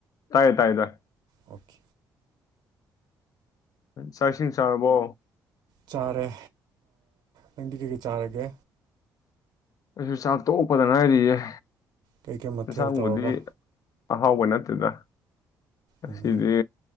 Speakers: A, on the left; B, on the right.
A: ꯇꯥꯏꯌꯦ ꯇꯥꯏꯗ
B: ꯑꯣꯀꯦ
A: ꯆꯥꯛ ꯏꯁꯤꯡ ꯆꯥꯔꯕꯣ
B: ꯆꯥꯔꯦ ꯅꯪꯗꯤ ꯀꯩꯀꯩ ꯆꯥꯔꯒꯦ
A: ꯑꯩꯁꯨ ꯆꯥꯛ ꯇꯣꯛꯄꯗ ꯉ ꯍꯥꯏꯔꯤꯌꯦꯦ
B: ꯀꯩꯀꯩ ꯃꯊꯦꯜ
A: ꯌꯦꯟꯁꯥꯡꯕꯨꯗꯤ
B: ꯇꯧꯔꯕ
A: ꯑꯍꯥꯎꯕ ꯅꯠꯇꯦꯗ ꯑꯁꯤꯗꯤ
B: ꯎꯝ